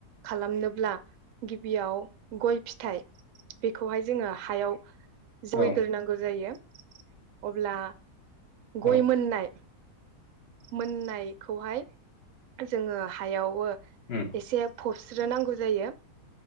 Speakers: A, on the right; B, on the left.
A: खालामनोब्ला गिबियाव गय फिथाइ बेखौहाय जोङो हायाव जयग्रोनांगौ
B: औ
A: जायो। अब्ला
B: औ
A: गय मोननाय मोननायखौहाय जोङो हायाव ओ
B: उम
A: एसे फब स्रो नांगौ जायो